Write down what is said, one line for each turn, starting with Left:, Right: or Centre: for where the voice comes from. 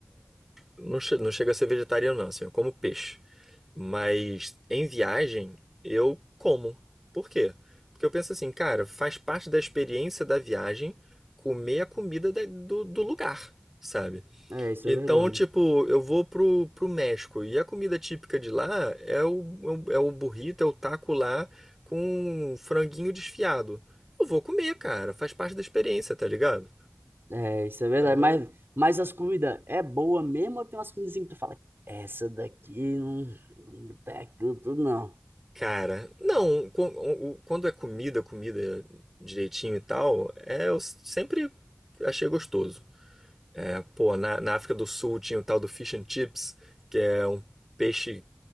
Centre: Não, che- não chega a ser vegetariano não, assim, eu como peixe. Mas em viagem eu como. Por quê? Porque eu penso assim, cara, faz parte da experiência da viagem comer a comida da- do, do lugar, sabe?
Right: É, isso
Centre: Então,
Right: é verdade.
Centre: tipo, eu vou pro, pro México e a comida típica de lá é o, é o burrito, é o taco lá com franguinho desfiado. Eu vou comer, cara, faz parte da experiência, tá ligado?
Right: É, isso é verdade.
Centre: Então,
Right: Mas, mas as comidas é boa mesmo ou tem umas comidas assim que tu fala, essa daqui não, não tem aquilo tudo, não.
Centre: Cara, não, quan- o- o- quando é comida, comida direitinho e tal, é, eu sempre achei gostoso. É, pô, na, na África do Sul tinha o tal do fish and chips, que é um peixe